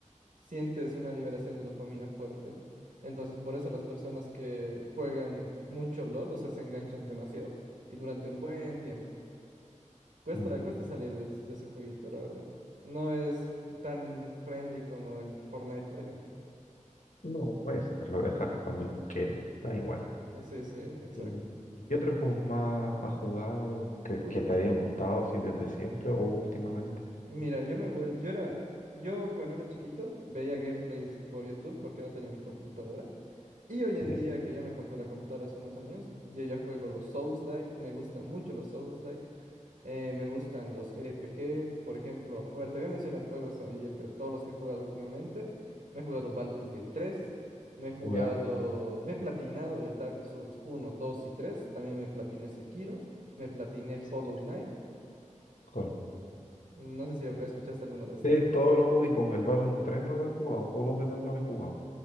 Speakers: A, on the right (about 85°); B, on the left (about 75°).
A: sientes una liberación de dopamina fuerte. Entonces, por eso las personas que juegan mucho LOL, o sea, se enganchan demasiado y durante un buen tiempo. Cuesta,
B: Mm,
A: cuesta salir de, es- de ese jueguito, la verdad. No es tan friendly como el Fortnite, por ejemplo.
B: No, es, lo dejas cuando tú quieres, da igual.
A: Sí, sí, exacto.
B: ¿Y, y qué otros juegos más has jugado que,
A: Uy,
B: que te hayan gustado así desde siempre
A: m-
B: o últimamente?
A: mira, yo me vuel- yo era, yo cuando era chiquito veía gameplays por YouTube porque no tenía mi computadora. Y hoy en
B: Ya,
A: día que ya me compré la computadora hace unos años, yo ya juego los Souls-like, me gustan mucho los Souls-like, eh, me gustan los RPG, por ejemplo, a ver, te voy a mencionar juegos ahí entre todos los que he jugado últimamente. Me he jugado Baldur's Gate tres, me he jugado,
B: ya,
A: me he platinado el Dark Souls uno, dos y tres. también me platiné Sekiro, me platiné
B: si
A: Hollow
B: quieres.
A: Knight.
B: Joder.
A: No sé si hab- escuchaste alguno de estos.
B: Sí, todos los ubico. El Battle 3 no lo he jugado, todos los demás los he jugado.